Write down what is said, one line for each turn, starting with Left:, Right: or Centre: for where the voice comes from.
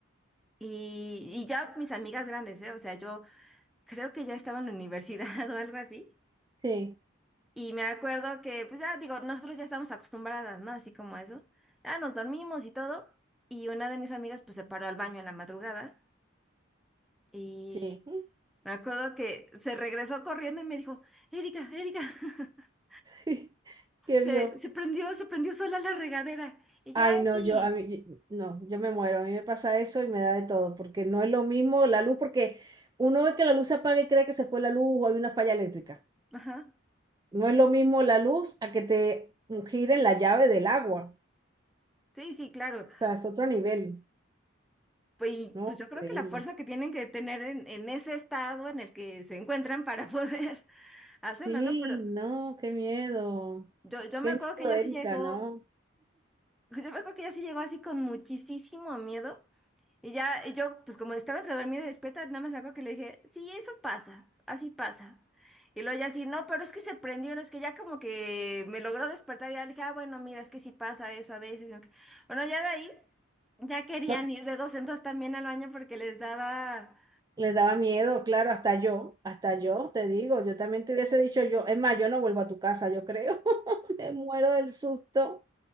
Centre: Y, y ya mis amigas grandes, ¿eh? O sea, yo creo que ya estaba en la universidad <laughs> o algo así.
Right: sí,
Centre: Y me acuerdo que, pues ya digo, nosotros ya estamos acostumbradas, ¿no? Así como eso. Ya nos dormimos y todo. Y una de mis amigas, pues se paró al baño en la madrugada. Y
Right: sí.
Centre: me acuerdo que se regresó corriendo y me dijo, Erika, Erika, <laughs>
Right: <laughs> ¿Qué
Centre: se,
Right: vio?
Centre: se prendió, se prendió sola la regadera. Y yo,
Right: Ay,
Centre: ah,
Right: no,
Centre: sí.
Right: yo, a mí, y- no, yo me muero, a mí me pasa eso y me da de todo, porque no es lo mismo la luz, porque uno ve que la luz se apaga y cree que se fue la luz o hay una falla eléctrica.
Centre: Ajá.
Right: No es lo mismo la luz a que te giren la llave del agua.
Centre: Sí, sí, claro.
Right: O sea, es otro nivel,
Centre: Pues, y,
Right: ¿no?
Centre: pues yo creo
Right: Increíble.
Centre: que la fuerza que tienen que tener en, en ese estado en el que se encuentran para poder <laughs> hacerlo,
Right: Sí,
Centre: ¿no? Pero
Right: no, qué miedo.
Centre: yo, yo
Right: Qué
Centre: me acuerdo
Right: miedo,
Centre: que ella
Right: Erika,
Centre: sí llegó.
Right: ¿no?
Centre: Pues, Yo me acuerdo que ella sí llegó así con muchísimo miedo. Y ya, y yo, pues como estaba entre dormida y despierta, nada más me acuerdo que le dije, sí, eso pasa, así pasa. Y luego ya así, no, pero es que se prendió, no es que ya como que me logró despertar y ya le dije, ah, bueno, mira, es que sí pasa eso a veces. ¿no? Bueno, ya de ahí, ya querían
Right: No,
Centre: ir de dos en dos también al baño porque les daba,
Right: les daba miedo, claro, hasta yo, hasta yo, te digo, yo también te hubiese dicho yo, es más, yo no vuelvo a tu casa, yo creo. <laughs> Me muero del susto.